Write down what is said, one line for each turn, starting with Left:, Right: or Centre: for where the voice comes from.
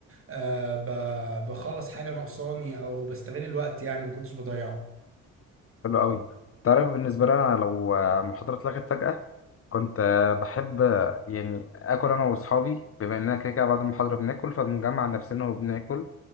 Right: آه، ب- بخلص حاجه ناقصاني او بستغل الوقت يعني ما كنتش بضيعه
Left: حلو قوي تعرف بالنسبة لي انا لو آه، محاضرة اتلغت فجأة كنت آه، بحب آه، يعني اكل انا واصحابي بما اننا كده كده بعد المحاضرة بناكل فبنجمع نفسنا وبناكل